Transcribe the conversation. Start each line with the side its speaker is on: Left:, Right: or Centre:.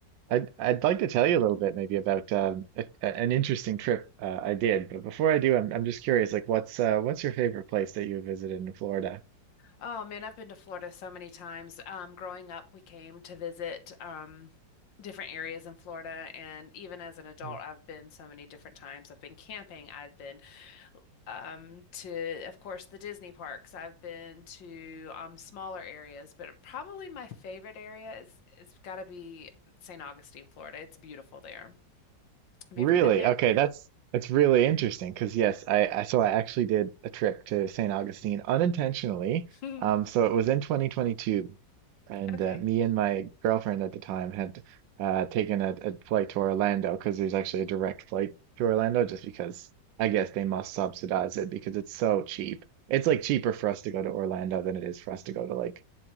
Right: I'd I'd like to tell you a little bit maybe about um, a, a- an interesting trip uh, I did, but before I do, I'm I'm just curious, like what's uh, what's your favorite place that you visited in Florida?
Left: Oh man, I've been to Florida so many times. Um, growing up, we came to visit um, different areas in Florida, and even as an adult,
Right: <laughs>
Left: I've been so many different times. I've been camping. I've been um, to, of course, the Disney parks. I've been to um, smaller areas, but probably my favorite area is is got to be St. Augustine, Florida. It's beautiful there. Have
Right: Really?
Left: you ever been there?
Right: Okay, that's that's really interesting because yes, I, I so I actually did a trip to St. Augustine unintentionally.
Left: Mhm.
Right: Um, so it was in 2022, and
Left: <laughs> Okay.
Right: uh, me and my girlfriend at the time had uh, taken a, a flight to Orlando because there's actually a direct flight to Orlando just because I guess they must subsidize it because it's so cheap. It's like cheaper for us to go to Orlando than it is for us to go to like